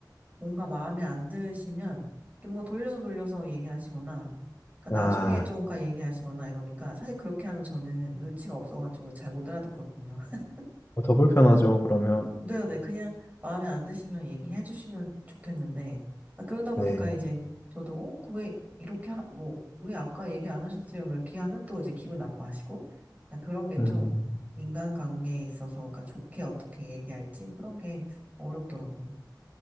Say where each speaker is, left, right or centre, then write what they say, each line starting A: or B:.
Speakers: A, on the right (about 20°); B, on the left (about 35°).
A: 뭔가 마음에 안 드시면 이렇게 뭔가 돌려서 돌려서 얘기하시거나 그러니까
B: 아,
A: 나중에 좀가 얘기하시거나 이러니까 사실 그렇게 하면 저는 눈치가 없어가지고 잘 못 알아듣거든요. <laughs>
B: 어, 더 불편하죠, 그러면.
A: 네, 네, 그냥 마음에 안 드시면 얘기해 주시면 좋겠는데 아, 그러다 보니까
B: 네.
A: 이제 저도 어, 그왜 이렇게 하, 뭐, 왜 아까 얘기 안 하셨어요? 뭐 이렇게 하면 또 이제 기분 나빠하시고 아, 그런 게 좀
B: 음,
A: 인간관계에 있어서 그러니까 좋게 어떻게 얘기할지 뭐 그런 게 어렵더라고요.